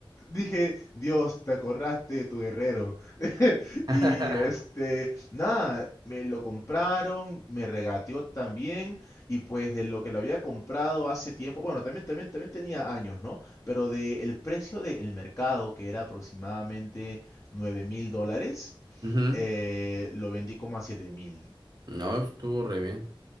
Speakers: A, on the left; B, on the right.
A: Dije, Dios, te acordaste de tu guerrero. <laughs>
B: <laughs>
A: Y este, nada, me lo compraron, me regateó también, y pues de lo que lo había comprado hace tiempo, bueno, también, también, también tenía años, ¿no? Pero del precio del mercado, que era aproximadamente 9 mil dólares,
B: Ujú.
A: eh, lo vendí como a 7 mil.
B: No, estuvo re bien.